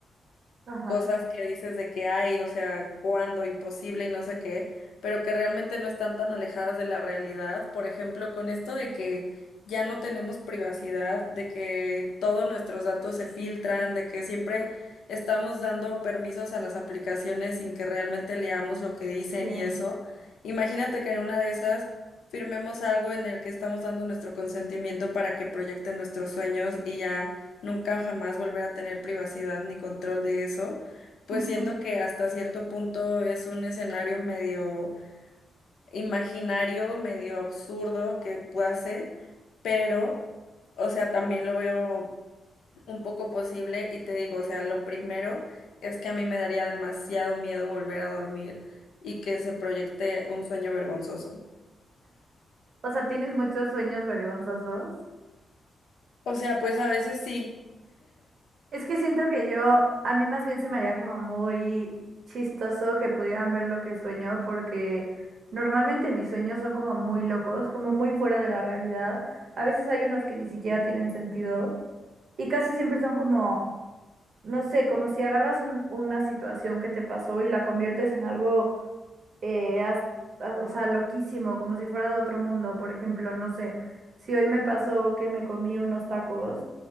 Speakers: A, on the right; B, on the left.
A: Ajá,
B: cosas que dices de que hay, o sea, cuándo, imposible y no sé qué, pero que realmente no están tan alejadas de la realidad. Por ejemplo, con esto de que ya no tenemos privacidad, de que todos nuestros datos se filtran, de que siempre estamos dando permisos a las aplicaciones sin que realmente leamos lo que dicen
A: sí.
B: y eso. Imagínate que en una de esas firmemos algo en el que estamos dando nuestro consentimiento para que proyecten nuestros sueños y ya nunca jamás volver a tener privacidad ni control de eso. Pues
A: <laughs>
B: siento que hasta cierto punto es un escenario medio imaginario, medio absurdo que hace, pero, o sea, también lo veo un poco posible y te digo, o sea, lo primero es que a mí me daría demasiado miedo volver a dormir y que se proyecte un sueño vergonzoso.
A: O sea, tienes muchos sueños vergonzosos.
B: O sea, pues a veces sí.
A: Es que siento que yo, a mí más bien se me haría como muy chistoso que pudieran ver lo que sueño, porque normalmente mis sueños son como muy locos, como muy fuera de la realidad. A veces hay unos que ni siquiera tienen sentido. Y casi siempre son como, no sé, como si agarras un- una situación que te pasó y la conviertes en algo, eh, haz- haz- o sea, loquísimo, como si fuera de otro mundo. Por ejemplo, no sé, si hoy me pasó que me comí unos tacos